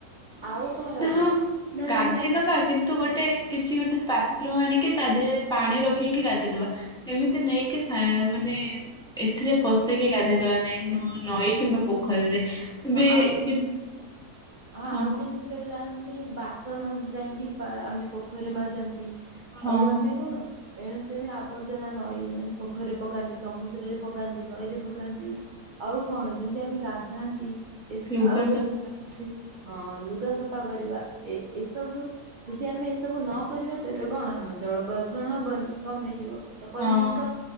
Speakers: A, on the right (about 60°); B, in the centre.
A: ଆଉ କଣ ରହିଲା
B: ନା ହଁ
A: ନା
B: ଗାଧେଇ
A: ଯେମିତି
B: ଦବା କିନ୍ତୁ ଗୋଟେ କିଛି ଗୋଟେ ପାତ୍ର ଆଣିକି ତା ଦେହରେ ପାଣି ରଖିକି ଗାଧୋଇଦବା। ଏମିତି ନେଇକି ସା ମାନେ ଏଥିରେ ପଶେଇକି ଗାଧେଇ ଦବା ନାହିଁ ନଈ କିମ୍ବା ପୋଖରୀରେ। ଏବେ
A: ହଁ ଆଉ ଯେମି
B: କି-
A: ଆଉ
B: ହଁ
A: ଯେମିତି ରହିଲା ଆମେ ବାସନ ଯାଇକି ଆମେ ପୋଖରୀରେ ମାଜନ୍ତି।
B: ହଁ
A: ଆଉ ଆମେ କଣ? ଏଣୁ ତେଣୁ ଆବର୍ଜନା ନଈ ମାନେ ପୋଖରୀରେ ପକାନ୍ତି ସମୁଦ୍ରରେ ପକାନ୍ତି ନଈରେ ପକାନ୍ତି। ଆଉ କଣ ଯେମିତି ଆମେ ଗାଧାନ୍ତି ଏସ
B: ଲୁଗା
A: ଆଉ
B: ସଫା କରନ୍ତି
A: ହଁ ଲୁଗା ସଫା କରିବା ଏ ଏସବୁ ଯଦି ଆମେ ଏସବୁ ନ କରିବା ତେବେ କଣ ଆମ ଜଳ ପ୍ରଦୂଷଣ ହବନି କମିଯିବ। ତ ପରିବେଶ
B: ହଁ